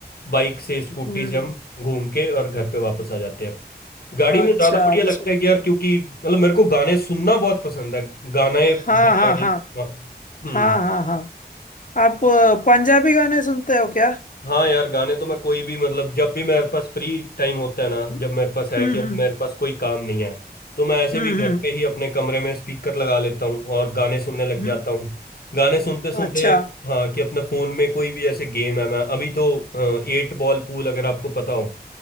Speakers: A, on the left (about 65°); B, on the left (about 50°).
A: बाइक से स्कूटी
B: हम्म
A: से हम घूम के और घर पे वापस आ जाते हैं गाड़ी
B: अच्छा
A: में ज्यादा बढ़िया
B: अच्छा
A: लगता है कि यार क्योंकि मतलब मेरे को गाने सुनना बहुत पसंद है गाने
B: हाँ
A: बजाने
B: हाँ हाँ
A: हाँ, हम्म
B: हाँ हाँ हाँ आप अ, पंजाबी गाने सुनते हो क्या
A: हाँ यार गाने तो मैं कोई भी मतलब जब भी मेरे पास फ्री टाइम होता है ना
B: हम्म
A: जब मेरे पास है
B: हम्म
A: कि अब
B: हम्म
A: मेरे पास कोई काम नहीं है तो मैं ऐसे
B: हम्म
A: भी घर
B: हम्म।
A: पे ही अपने कमरे में स्पीकर लगा लेता हूँ और गाने सुनने लग
B: हम्म,
A: जाता हूँ गाने सुनते सुनते
B: अच्छा
A: हाँ कि अपना फोन में कोई भी ऐसे गेम है मैं अभी तो एट बॉल पूल अगर आपको पता हो